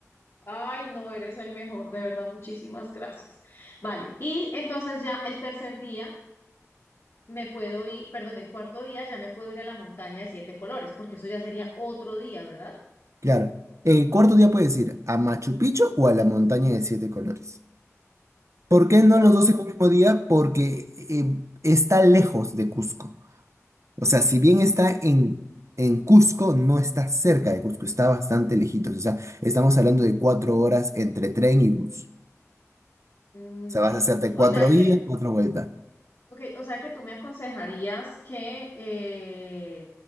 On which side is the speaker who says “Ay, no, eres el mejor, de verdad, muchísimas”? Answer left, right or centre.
Left